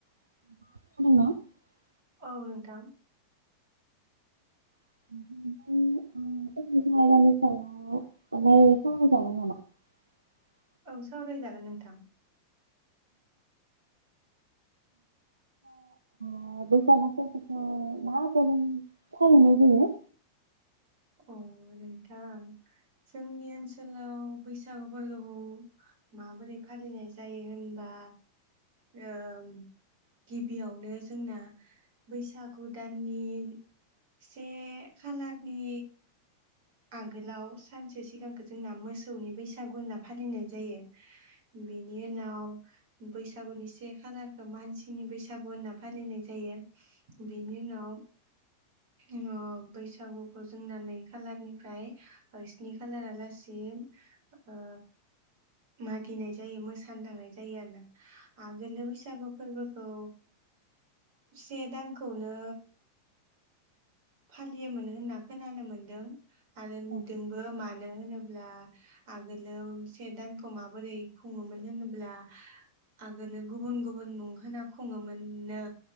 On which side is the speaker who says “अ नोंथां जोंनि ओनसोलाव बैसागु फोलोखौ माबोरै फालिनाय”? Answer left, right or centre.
Right